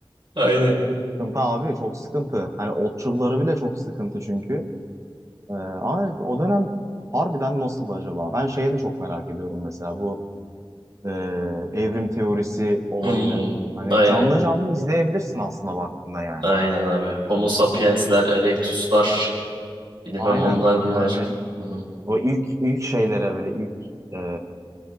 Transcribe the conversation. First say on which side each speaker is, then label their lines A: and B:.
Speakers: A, on the right (about 65°); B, on the right (about 35°).
A: Aynen.
B: Sıkıntı abi çok sıkıntı. Hani otçulları bile çok sıkıntı çünkü. Ee, ama o dönem harbiden nasıldı acaba? Ben şeye de çok merak ediyorum mesela bu e, evrim teorisi olayını.
A: Hmm,
B: Hani
A: aynen.
B: canlı canlı izleyebilirsin aslında baktığında yani.
A: Aynen abi. Homo sapiensler, Electus'lar. Bilmem
B: Aynen
A: onlar bunlar.
B: yani
A: Hı hı.
B: o ilk ilk şeylere böyle ilk e,